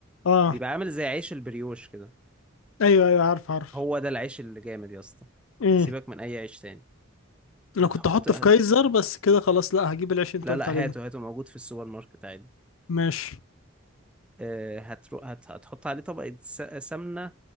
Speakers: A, on the left (about 80°); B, in the centre.
A: اه
B: بيبقى عامل زي عيش البريوش كده
A: ايوه ايوه عارف عارف
B: هو ده العيش اللي جامد يا اسطى
A: امم
B: سيبك من أي عيش تاني
A: انا
B: هتحط
A: كنت احطه في كايزر بس كده خلاص لا هجيب العيش اللي
B: لا
A: انت قلت
B: لا
A: عليه ده
B: هاته هاته موجود في السوبر ماركت عادي
A: ماشي
B: آه، هترو... هت... هتحط عليه طبقة س- سمنة